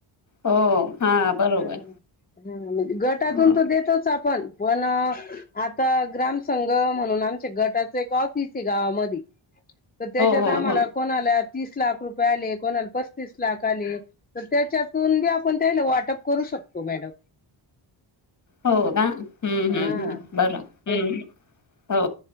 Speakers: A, on the left (about 40°); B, on the left (about 20°).
A: हो हा बरोबर.
B: हम्म. हा म्हणजे गटातून
A: हो
B: तर देतोच आपण पण आता ग्राम संंघ म्हणून आमच्या गटाच एक ऑफिस आहे गावामध्ये. तर त्याच्यात
A: हो
B: आम्हाला
A: हो
B: कोणाला तीस लाख रुपये आले कोणाला पस्तीस लाख आले तर त्याच्यातून बी आपण त्याला वाटअप करू शकतो मॅडम.
A: हो का हम्म हम्म
B: हा
A: हम्म बर हम्
B: एक
A: हो.